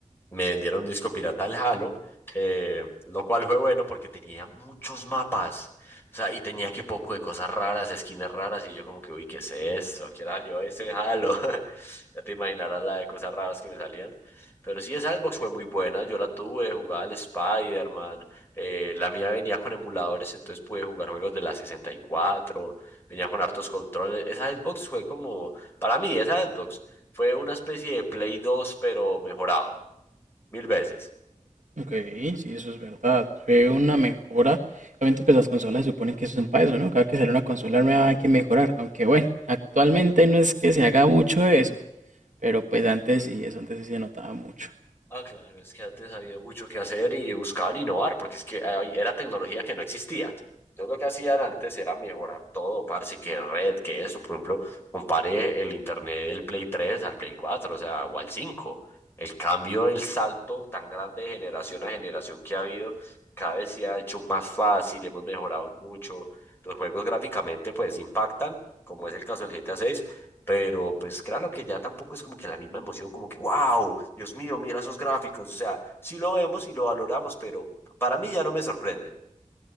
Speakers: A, on the left; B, on the right.
A: me vendieron un disco pirata al Halo, eh, lo cual fue bueno porque tenía muchos mapas, o sea, y tenía que poco de cosas raras, esquinas raras, y yo como que, uy, ¿qué es esto? ¿A qué salió ese Halo? <laughs> Ya te imaginarás la de cosas raras que me salían. Pero sí, esa Xbox fue muy buena, yo la tuve, jugaba al Spider-Man, eh, la mía venía con emuladores, entonces pude jugar juegos de la 64. venía con hartos controles, esa Xbox fue como para mí, esa Xbox fue una especie de Play 2 pero mejorado, mil veces.
B: Ok, sí, eso es verdad. Fue una mejora. Obviamente, pues las consolas se suponen que eso es para eso, ¿no? Cada que sale una consola nueva hay que mejorar. Aunque bueno, actualmente no es que se haga mucho eso. Pero pues antes sí, eso antes sí se notaba mucho.
A: Ah, claro, es que antes había mucho que hacer y buscaban innovar, porque es que ahí era tecnología que no existía. Entonces lo que hacían antes era mejorar todo, parce, que red, que eso. Por ejemplo, compare el internet del Play 3 al Play 4, o sea, o al 5. El cambio, el salto tan grande de generación a generación que ha habido, cada vez se ha hecho más fácil, hemos mejorado en mucho. Los juegos gráficamente pues impactan, como es el caso del GTA 6 pero pues claro que ya tampoco es como que la misma emoción, como que, wow, Dios mío, mira esos gráficos. O sea, sí lo vemos y lo valoramos, pero para mí ya no me sorprende.